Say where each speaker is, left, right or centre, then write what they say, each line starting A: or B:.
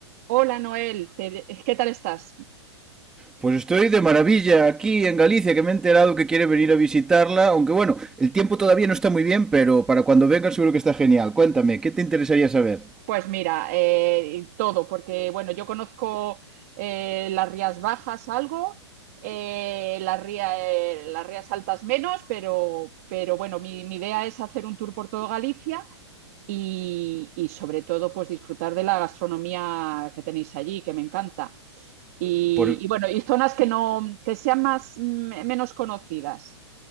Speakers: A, on the right; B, in the centre.
A: Hola Noel, te- ¿qué tal estás?
B: Pues estoy de maravilla aquí en Galicia, que me he enterado que quiere venir a visitarla, aunque bueno, el tiempo todavía no está muy bien, pero para cuando venga seguro que está genial. Cuéntame, ¿qué te interesaría saber?
A: Pues mira, eh, todo, porque bueno, yo conozco eh, las Rías Bajas algo, eh, las ría- eh, las Rías Altas menos, pero, pero bueno, mi, mi idea es hacer un tour por todo Galicia y, y sobre todo pues disfrutar de la gastronomía que tenéis allí, que me encanta. Y,
B: Pues
A: y bueno, y zonas que no, que sean más, mm, menos conocidas.